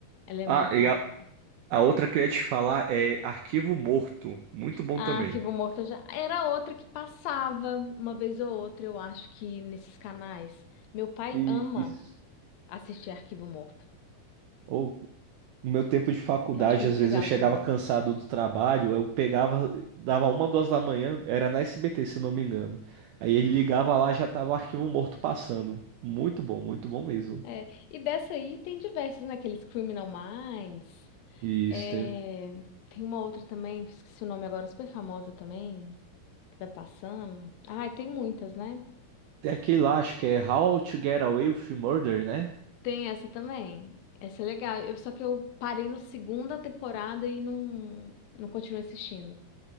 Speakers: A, on the left; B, on the right.
A: Ela é
B: Ah,
A: muito
B: e
A: massa.
B: A outra que eu ia te falar é Arquivo Morto. Muito bom
A: Ah,
B: também.
A: Arquivo Morto eu já era outra que passava uma vez ou outra, eu acho que nesses canais. Meu pai
B: Isso.
A: ama assistir Arquivo Morto.
B: Ou no meu tempo de faculdade,
A: Eu acho muito
B: às vezes
A: legal
B: eu chegava
A: também.
B: cansado do trabalho, eu pegava, dava uma, duas da manhã, era na SBT, se não me engano. Aí ele ligava lá, já tava o arquivo morto passando. Muito bom, muito bom mesmo.
A: É. E dessa aí tem diversos, né? Aqueles Criminal Minds.
B: Isso,
A: É,
B: tem,
A: Tem uma outra também, que esqueci o nome agora, super famosa também, que vai passando. Ah, tem muitas, né?
B: tem aquele lá, acho que é How to Get Away with Murder, né?
A: Tem essa também. Essa é legal. Eu, só que eu parei na segunda temporada e não, não continuei assistindo.